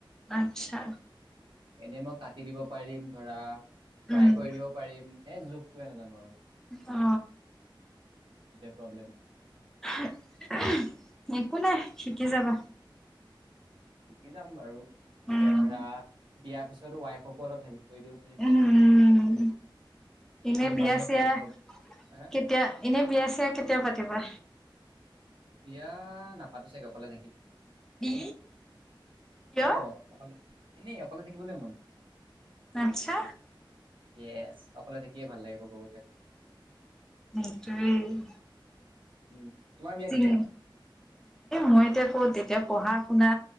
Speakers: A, in the centre; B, on the right.
A: আটচ্চা
B: এনে মই ক দিব পাৰিম ধৰা
A: উম।
B: ফ্ৰাই কৰি দিব পাৰিম এই জোখটোৱে নাজানো আৰু
A: অ
B: সেইটোকে প্ৰব্লেম হয়
A: অহ অহা একো নাই শিকি যাবা
B: শিকি যাম বাৰু তেতিয়া
A: উম,
B: ধৰা বিয়াৰ পিছত ৱাইফকো অলপ হেল্প কৰি দিব পাৰিম
A: উম এনে
B: কোনোবা
A: বিয়া
B: সেই
A: চিয়া
B: ভাগ্য হে
A: কেতিয়া এনে বিয়া ছে কেতিয়া পাতিবা
B: বিয়া নাপাতো চাগে অকলে থাকিম
A: উ কিয়
B: অ অকলে এনেই অকলে থাকিবলৈ মন হয়
A: আচ্ছা
B: ইয়েছ অকলে থাকিয়ে ভাল লাগে কব গলে
A: সেইটোৱেই
B: উম তোমাৰ বিয়া
A: উম
B: কেতিয়া
A: মই এতিয়া ক তেতিয়া পঢ়া শুনা